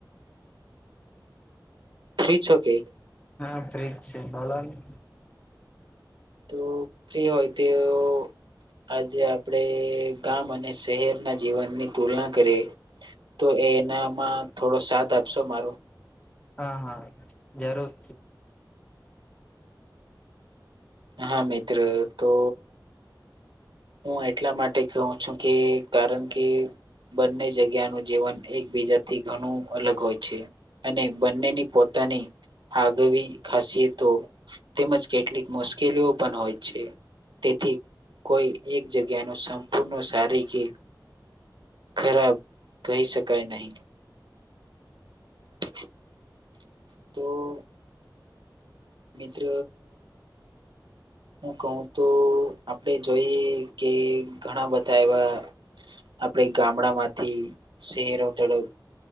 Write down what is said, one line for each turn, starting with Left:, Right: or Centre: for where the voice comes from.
Right: ફ્રી છોકે?
Left: હા, ફ્રી જ છું બોલોની.
Right: તો ફ્રી હોય તેઓ આજે આપડે ગામ અને સહેરના જીવનની તુલના કરીએ. તો એનામાં થોડો સાથ આપસો મારો?
Left: હા હા, જરૂર.
Right: હા, મિત્ર તો હું એટલા માટે કહું છું કે કારણ કે બંને જગ્યાનું જીવન એકબીજાથી ઘણું અલગ હોય છે. અને બંનેની પોતાની આગવી ખાસિયતો તેમજ કેટલીક મુશ્કેલીઓ પણ હોય છે. તેથી કોઈ એક જગ્યા નું સંપૂર્ણ સારી કે ખરાબ કહી શકાય નહી. <inaudible> તો. મિત્ર, હું કહું તો આપડે જોઈએ કે ઘણાં બધાં એવા આપડે ગામડામાંથી સેહેરો તરફ.